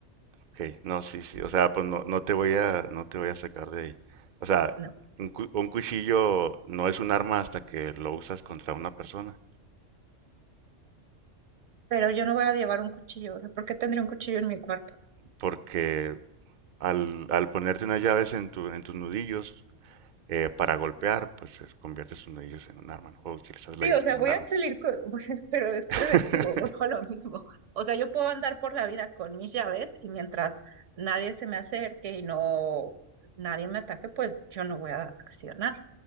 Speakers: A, on the right; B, on the right.
A: Ok, no, sí, sí. O sea, pues no, no te voy a, no te voy a sacar de ahí. O sea,
B: No.
A: un, cu- un cuchillo no es un arma hasta que lo usas contra una persona.
B: Pero yo no voy a llevar un cuchillo. o sea, ¿Por qué tendría un cuchillo en mi cuarto?
A: Porque Al, al ponerte unas llaves en, tu- en tus nudillos eh, para golpear, pues eh, conviertes tus nudillos en un arma, ¿no? O utilizas
B: Sí,
A: las llaves
B: o sea,
A: como
B: voy
A: un arma.
B: a salir con, <laughs> pero es preventivo,
A: <laughs>
B: vuelvo a lo mismo. O sea, yo puedo andar por la vida con mis llaves y mientras nadie se me acerque y no nadie me ataque, pues yo no voy a accionar.